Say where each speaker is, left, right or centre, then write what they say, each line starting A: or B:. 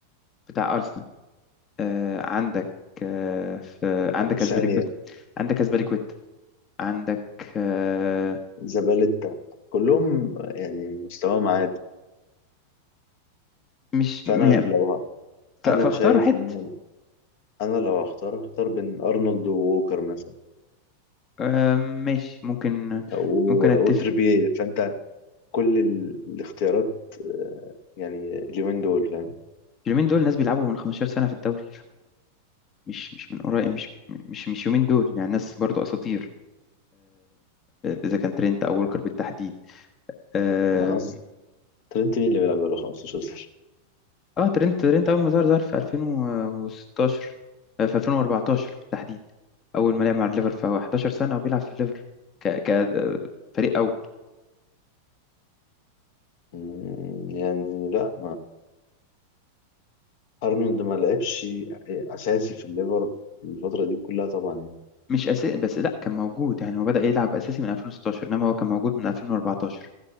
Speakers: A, on the left; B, on the left.
A: بتاع ارسنال آه، عندك آه، في عندك
B: <laughs>
A: اسبليكويتا
B: ثانيه
A: عندك اسبليكويتا عندك آه،
B: زبالتا كلهم يعني مستواهم عادي
A: مش مهم.
B: فانا لو ه-
A: ف-
B: انا
A: فاختار
B: شايف
A: حد
B: ان انا أنا لو هختار هختار بين ارنولد ووكر مثلا
A: آه، ماشي ممكن
B: و-
A: ممكن اتفق
B: وتريبيه فانت كل ال- الاختيارات آه، يعني اليومين دول فاهم
A: اليومين دول ناس بيلعبوا من 15 سنة في الدوري مش مش من قريب مش مش مش يومين دول يعني ناس برضو اساطير اذا كان ترينت او وولكر بالتحديد اه
B: انا قصدي ترينت مين اللي بيلعب بقاله 15
A: آه، ترينت ترينت اول ما ظهر ظهر في 2016 آه، في 2014 بالتحديد اول ما لعب مع الليفر فهو 11 سنه وبيلعب في الليفر ك ك آه، فريق اول
B: مم، يعني لا ارنولد ما لعبش اساسي في الليفر الفتره دي كلها طبعا
A: مش اساسي بس لا كان موجود يعني هو بدأ يلعب اساسي من 2016 انما هو كان موجود من 2014